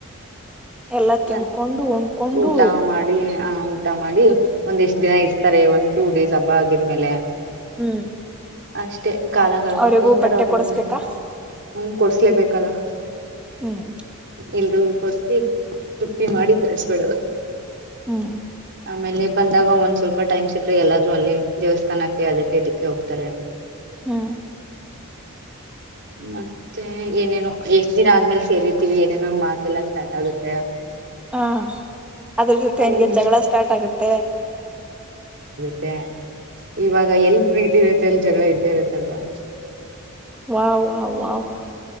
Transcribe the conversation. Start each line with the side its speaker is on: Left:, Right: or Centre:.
Centre: ಎಲ್ಲಾ ತಿನ್ಕೊಂಡು
Right: ಆ
Centre: ಉಣ್ಕೊಂಡು
Right: ಊಟ ಮಾಡಿ ಹ ಊಟ ಮಾಡಿ ಒಂದ ಎಷ್ಟ್ ದಿನ ಇರ್ತಾರೆ ಒಂದ್ ಟೂ ಡೇಸ್ ಹಬ್ಬ ಆಗಿದ್ಮೇಲೆ.
Centre: ಹ್ಮ್
Right: ಅಷ್ಟೇ. ಕಾಲ ಕಳ್ಕೊಂಡ್
Centre: ಅವ್ರಿಗೂ
Right: ಹೋಗ್ತಾರ
Centre: ಬಟ್ಟೆ
Right: ಅವ್ರ
Centre: ಕೊಡಸ್ಬೇಕಾ
Right: ಮೊನ್ನೆ ಹ ಕೊಡ್ಸ್ಲೇಬೇಕಲ್ಲ.
Centre: ಹ್ಮ್
Right: ಎಲ್ರೂ ಕೊಡ್ಸ ತೃಪ್ತಿ ಮಾಡಿ ಕಳ್ಸ್ಬಿಡದು.
Centre: ಹ್ಮ್
Right: ಆಮೇಲೆ ಬಂದಾಗ ಒಂದ್ ಸ್ವಲ್ಪ ಟೈಮ್ ಸಿಕ್ಕ್ರೆ ಎಲ್ಲಾದ್ರೂ ಅಲ್ಲಿ ದೇವಸ್ಥಾನಕ್ಕೆ ಅದಕ್ಕೆ ಇದಕ್ಕೆ ಹೋಗ್ತಾರೆ.
Centre: ಹ್ಮ್
Right: ಮತ್ತೆ ಏನೇ ಎಷ್ಟ್ ದಿನ ಆದ್ಮೇಲೆ ಸೇರಿರ್ತೀವಿ ಏನೇನೋ ಮಾತಲ್ಲ ಸ್ಟಾರ್ಟ್ ಆಗುತ್ತೆ.
Centre: ಹಾ ಅದ್ರ ಜೊತೆ
Right: ಹಂಗ್
Centre: ಹೆಂಗೆ ಜಗಳ ಸ್ಟಾರ್ಟ್ ಆಗುತ್ತೆ.
Right: ಮತ್ತ ಇವಾಗ ಎಲ್ ಪ್ರೀತಿ ಇರುತ್ತೆ ಎಲ್ ಜಗಳ ಇದ್ದೇ ಇರುತ್ತಲ್ವಾ.
Centre: ವಾಹ್ ವಹ್ ವಹ್.